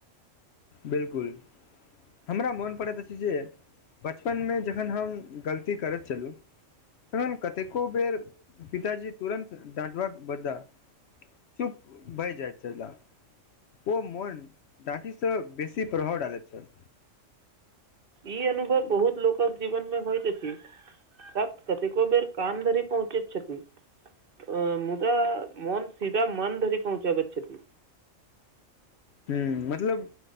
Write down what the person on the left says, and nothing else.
बिलकुल हमरा मोन पड़ैत अछि जे बचपनमे जखन हम गलती करैत छलुं तऽ कतेको बेर पिताजी तुरन्त दडाँटबाक बदला चुप भइ जाइत छलाह ओ मन डांटी से बेसी प्रभाव डालैत छल
ह मतलब